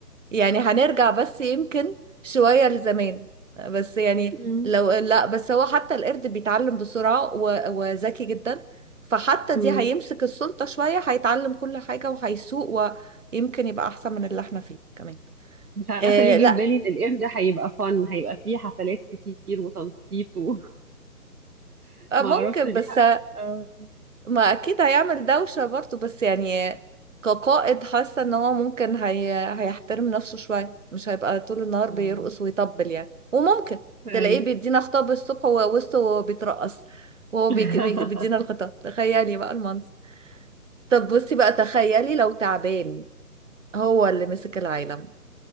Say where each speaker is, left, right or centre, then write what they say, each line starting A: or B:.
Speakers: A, on the right; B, on the right.
A: يعني هنرجع بس يمكن شوية لزمان بس يعني
B: مم.
A: لو لا بس هو حتى القرد بيتعلم بسرعة و- وذكي جدا فحتى
B: مم.
A: دي هيمسك السلطة شوية هيتعلم كل حاجة وهيسوق ويمكن يبقى أحسن من اللي احنا فيه كمان
B: مش عارفه
A: آه
B: ليه
A: لا
B: جه في بالي ان القرد هيبقى فن هيبقى فيه حفلات كتير وتنطيط وما <laughs>
A: آه، ممكن
B: اعرفش ليه
A: بس
B: اه
A: ما اكيد هيعمل دوشة برضه بس يعني كقائد حاسة ان هو ممكن هي... هيحترم نفسه شوية مش هيبقى طول النهار
B: آه.
A: بيرقص ويطبل يعني وممكن
B: أيوة.
A: تلاقيه بيدينا خطاب الصبح وهو وسطه وهو بيترقص وهو
B: <laughs>
A: بيك... بي... بيدينا الخطاب تخيلي بقى المنظر طب بصي بقى تخيلي لو تعبان هو اللي مسك العالم